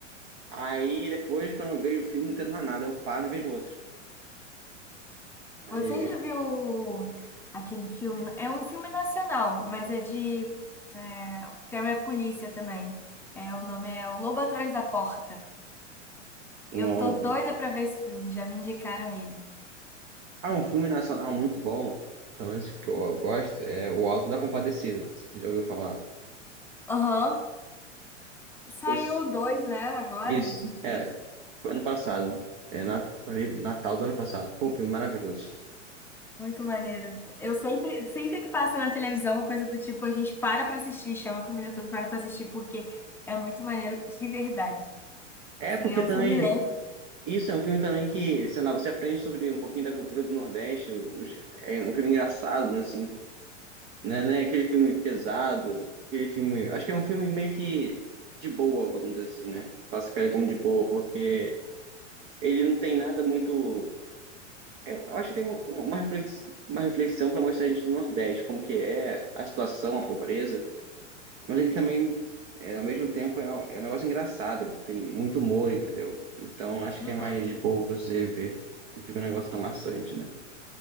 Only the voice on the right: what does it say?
Aí depois, quando eu vejo o filme, não entendo mais nada, eu paro e vejo outro. Aí,
não.
Ah, um filme nacional muito bom, pelo menos que eu gosto, é O Alto da Compadecida. não sei se Você já ouviu falar?
Pois,
isso,
é, foi ano passado, é Nat- foi Natal do ano passado. Pô, um filme maravilhoso.
É
porque
também,
isso é um filme também que, sei lá, você aprende sobre um pouquinho da cultura do Nordeste, os- é um filme engraçado, assim, né, né, aquele filme pesado, aquele filme, acho que é um filme meio que de boa, vamos dizer assim, né? Classificar ele como de boa, porque ele não tem nada muito. Eu eu acho que tem um- uma reflex- uma reflexão para mostrar a gente do Nordeste, como que é a situação, a pobreza, mas ele também, é, ao mesmo tempo, é, é um negócio engraçado, tem muito humor, entendeu? Então acho
que é mais de boa você ver se fica um negócio tão maçante, né?